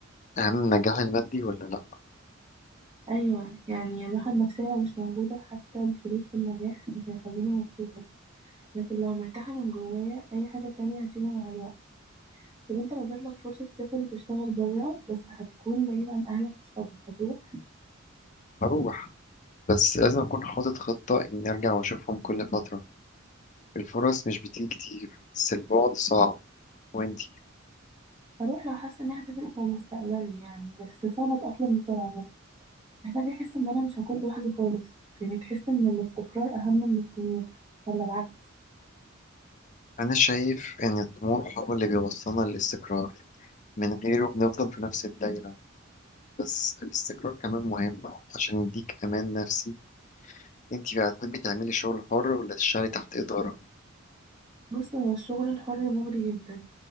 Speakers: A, on the left; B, on the right.
A: أهم من النجاح المادي ولا لأ؟
B: ايوه يعني الراحة النفسية لو مش موجودة حتى الفلوس في النجاح مش هيخلوني مبسوطة لكن لو مرتاحة من جوايا اي حاجة تانية هتيجي مع الوقت طب انت لو جاتلك فرصة تسافر وتشتغل بره بس هتكون بعيد عن اهلك وصحابك هتروح
A: هروح بس لازم أكون حاطط خطة إني أرجع وأشوفهم كل فترة الفرص مش بتيجي كتير بس البعد صعب وإنتي
B: هروح لو حاسة انها هتفرق في مستقبلي يعني بس صعب اتأقلم بسرعة برضه محتاجة أحس إن أنا مش هكون لوحدي خالص يعني تحس إن الاستقرار أهم من الطموح ولا العكس
A: أنا شايف إن الطموح هو اللي بيوصلنا للاستقرار من غيره بنفضل في نفس الدايرة بس الاستقرار كمان مهم عشان يديك أمان نفسي إنتي بقى تحبي تعملي شغل حر ولا تشتغلي تحت إدارة؟
B: بص هو الشغل الحر مغري جدا